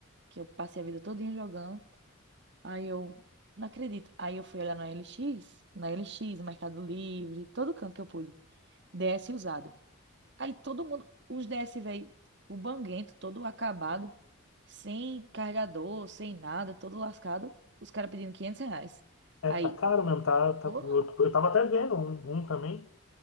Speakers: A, on the right; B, on the left.
A: que eu passei a vida todinha jogando. Aí eu, não acredito. Aí eu fui olhar na LX, na LX, no Mercado Livre, todo canto que eu pude. DS usado. Aí todo mundo, os DS, velho, o banguento, todo acabado, sem carregador, sem nada, todo lascado. Os caras pedindo 500 reais.
B: É,
A: Aí,
B: tá caro mesmo, tá, tá-
A: pô,
B: eu, eu tava até vendo um, um também.